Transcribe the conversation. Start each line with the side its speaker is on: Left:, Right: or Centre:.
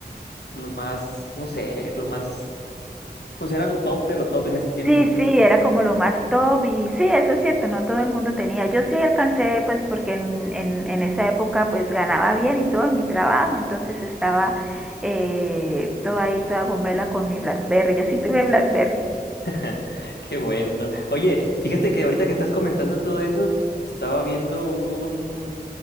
Left: lo más, no sé, lo más, pues era lo top de lo top en ese tiempo.
Centre: Sí, sí, era como lo más top y sí, eso es cierto, no todo el mundo tenía. Yo sí alcancé, pues porque en, en, en esa época pues ganaba bien y todo en mi trabajo, entonces estaba eh, toda ahí, toda gomela con mi BlackBerry, yo sí tuve BlackBerry.
Left: <laughs> Qué bueno. Oye, fíjate que ahorita que estás comentando todo eso, estaba viendo un,